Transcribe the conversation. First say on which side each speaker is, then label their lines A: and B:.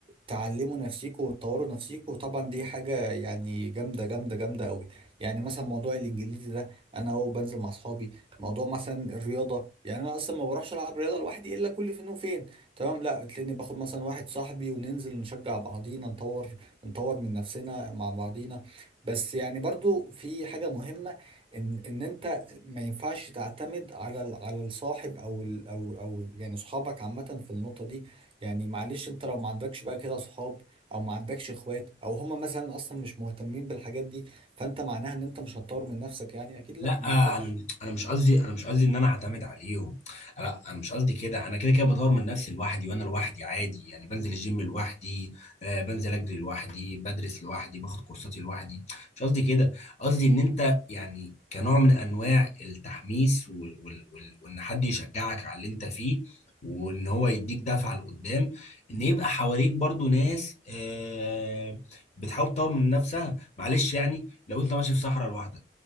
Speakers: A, on the right; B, on the left.
A: تعلموا نفسيكوا وتطوروا نفسيكوا وطبعا دي حاجه يعني جامده جامده جامده قوي يعني مثلا موضوع الانجليزي ده انا اهو بنزل مع اصحابي موضوع مثلا الرياضه يعني انا اصلا ما بروحش العب رياضه لوحدي الا كل فين وفين تمام لا تلاقيني باخد مثلا واحد صاحبي وننزل نشجع بعضينا نطور نطور من نفسنا مع بعضينا بس يعني برضو في حاجة مهمة ان ان انت ما ينفعش تعتمد على ال- على الصاحب او ال او او يعني صحابك عامة في النقطة دي يعني معلش انت لو ما عندكش بقى كده صحاب او ما عندكش اخوات او هما مثلا اصلا مش مهتمين بالحاجات دي فانت معناها ان انت مش هتطور من نفسك يعني اكيد
B: لا
A: لا ما ينفعش
B: انا انا مش قصدي انا مش قصدي ان انا اعتمد عليهم لا انا مش قصدي كده انا كده كده بطور من نفسي لوحدي وانا لوحدي عادي يعني بنزل الجيم لوحدي آه بنزل اجري لوحدي بدرس لوحدي باخد كورساتي لوحدي مش قصدي كده قصدي ان انت يعني كنوع من انواع التحميس وال وال وال وان حد يشجعك على اللي انت فيه وان هو يديك دفعه لقدام ان يبقى حواليك برضو ناس آه بتحاول تطور من نفسها معلش يعني لو انت ماشي في صحراء لوحدك